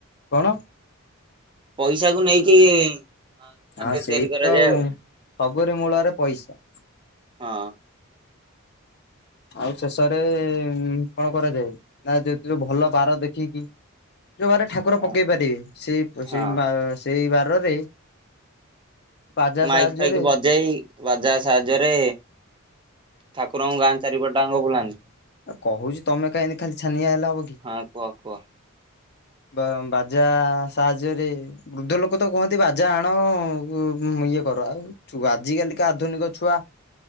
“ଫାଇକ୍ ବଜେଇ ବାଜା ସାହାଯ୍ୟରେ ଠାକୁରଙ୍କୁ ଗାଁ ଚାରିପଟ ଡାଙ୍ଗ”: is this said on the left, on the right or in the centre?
Right